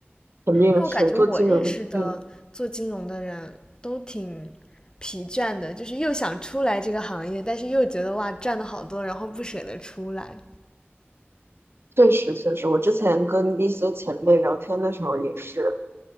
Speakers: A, on the right; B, on the left.
A: 肯定是做金融，
B: 为我感觉我认识的做金融的人都挺疲倦的，
A: 嗯，
B: 就是又想出来这个行业，但是又觉得哇赚的好多，然后不舍得出来。
A: 确实确实，我之前跟一些前辈聊天的时候也是